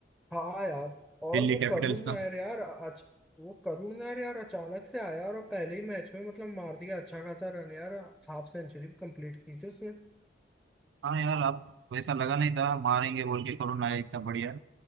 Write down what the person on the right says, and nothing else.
दिल्ली
कैपिटल्स
का
हाँ यार आप वैसा लगा नहीं था मारेंगे बोल के करुण नायर इतना बढ़िया